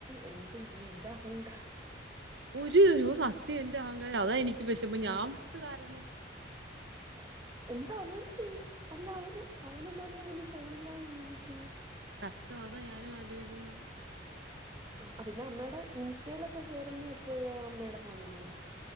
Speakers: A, on the right; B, on the right.
A: എന്ത് ഇന്റെ അഹങ്കാരം
B: ഒരു ര സത്യം എന്റെ അഹങ്കാരം അതാ എനിക്ക് വിഷപ്പ ഞാൻ
A: നിന്റെ
B: കാരു
A: എന്നിട്ട് അവന് ചെയ്യാം അല്ല അവ അവന എന്നാലും അങ്ങനെ ഫോണിലാ ജീവിക്കും
B: കഷ്ടം അതാ ഞാനും ആലോചിക്കുന്നു
A: ആ പിന്നെ അമ്മയുടെ ഇന്റ്റയിലൊക്കെ കേറുന്ന എപ്പോഴോ അമ്മയുടെ പോണീന്നോ